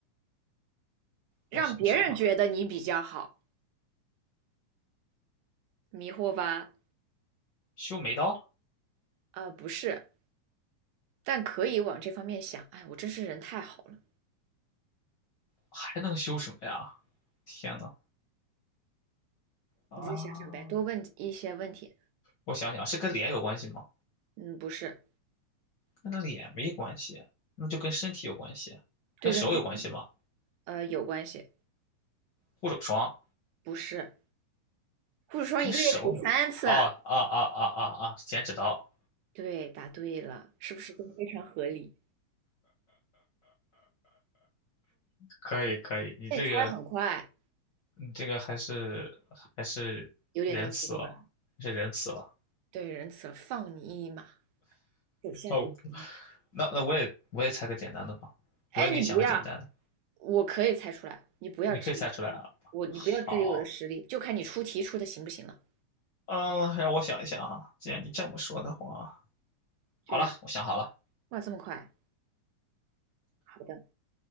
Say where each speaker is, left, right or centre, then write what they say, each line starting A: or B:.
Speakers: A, on the right (about 80°); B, on the left (about 60°).
A: 让别人觉得你比较好，
B: 我想想哈，
A: 迷惑吧？
B: 修眉刀
A: 啊、呃不是，但可以往这方面想。哎，我真是人太好了，
B: 还能修什么呀？天呐，啊，
A: 你再想想呗，多问一些问题。
B: 我想想，是跟脸有关系吗？
A: 嗯，不是，
B: 跟脸没关系，那就跟身体有关系，
A: 对跟黑
B: 跟手有关系吗？
A: 呃有关系，
B: 护手霜
A: 不是，护手霜一个月涂三次啊，
B: 跟手有关。哦，啊啊啊啊啊！剪纸刀，
A: 对，答对了，是不是都非常合理？
B: 可以可以，你这个
A: 那你猜的很快，
B: 你这个还是还是仁慈了，
A: 有点东西对吧？
B: 还是仁慈了。
A: 对，仁慈了，放你一马，手下留情嘛。
B: 哦，那那我也我也猜个简单的吧，
A: 哎，
B: 我也给你想个简单的，
A: 你不要，我可以猜出来，你不要质疑
B: 你可以猜出来啊。
A: 我，你不要质疑我的实力，
B: 好，
A: 就看你出题出的行不行了。
B: 嗯，让我想一想啊。既然你这么说的话，好了，
A: 对呀、
B: 我想好了。
A: 哇，这么快，好的，